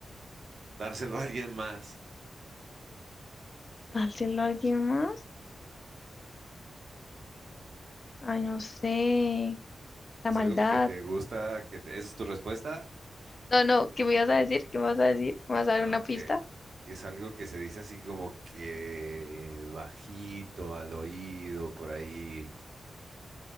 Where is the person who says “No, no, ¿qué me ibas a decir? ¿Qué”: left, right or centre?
Left